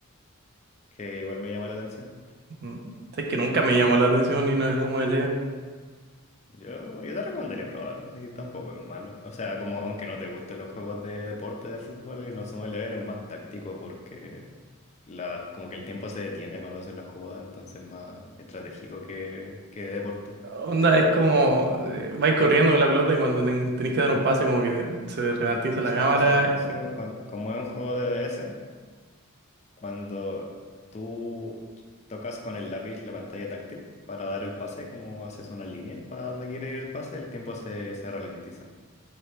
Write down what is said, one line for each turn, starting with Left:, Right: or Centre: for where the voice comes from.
Left: que igual me llama la atención.
Right: mm, sabes que nunca me llamó la atención ni una Sumo de
Left: Yo, yo te recomendaría probarlo, así que tampoco es malo. O sea, como aunque no te gusten los juegos de deporte de fútbol, el Inazuma Eleven es más táctico porque la, como que el tiempo se detiene cuando haces la jugada, entonces es más estratégico que, que de deporte.
Right: Onda es como, eh, vais corriendo con la pelota y cuando ten- tenéis que dar un pase como que se ralentiza la
Left: Sí,
Right: cámara.
Left: o sea,
Right: eh,
Left: sí, pues, cua- como es un juego de DS, cuando tú tocas con el lápiz la pantalla táctil para dar el pase, como haces una línea para donde quiere ir el pase, el tiempo se, se ralentiza.